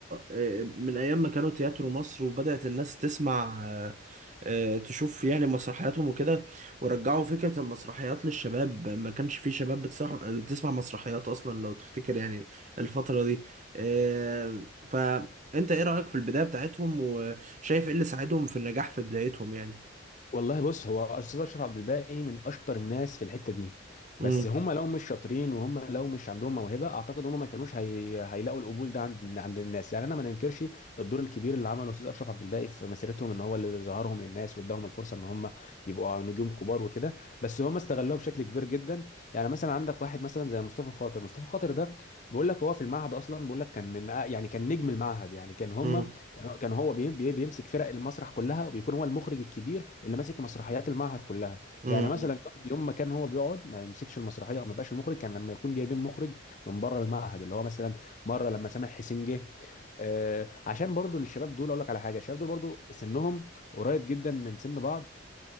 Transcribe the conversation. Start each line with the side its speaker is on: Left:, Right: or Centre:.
Right: آه، من ايام ما كانوا تياترو مصر وبدأت الناس تسمع آه، آه، تشوف يعني مسرحياتهم وكده ورجعوا فكرة المسرحيات للشباب ما كانش في شباب بتسرح- بتسمع مسرحيات اصلا لو تفتكر يعني الفترة دي آه، فانت ايه رأيك في البداية بتاعتهم وشايف ايه اللي ساعدهم في النجاح في بدايتهم يعني
Left: والله بص هو استاذ اشرف عبد الباقي من اشطر الناس في الحته دي
Right: امم
Left: بس هم لو مش شاطرين وهم لو مش عندهم موهبه اعتقد هم ما كانوش هي... هيلاقوا القبول ده عند عند الناس يعني انا ما ننكرش الدور الكبير اللي عمله استاذ اشرف عبد الباقي في مسيرتهم ان هو اللي ظهرهم للناس واداهم الفرصه ان هم يبقوا نجوم كبار وكده بس هم استغلوها بشكل كبير جدا يعني مثلا عندك واحد مثلا زي مصطفى خاطر مصطفى خاطر ده بيقول لك هو في المعهد اصلا بيقول لك كان من يعني كان نجم المعهد يعني كان هم
Right: امم
Left: كان كان هو بي- بي- بيمسك فرق المسرح كلها وبيكون هو المخرج الكبير اللي ماسك مسرحيات المعهد كلها
Right: امم
Left: يعني مثلا يوم ما كان هو بيقعد ما يمسكش المسرحيه او ما يبقاش المخرج كان لما يكون جايبين مخرج من بره المعهد اللي هو مثلا مره لما سامح حسين جه آه عشان برضو الشباب دول اقول لك على حاجه الشباب دول برضو سنهم قريب جدا من سن بعض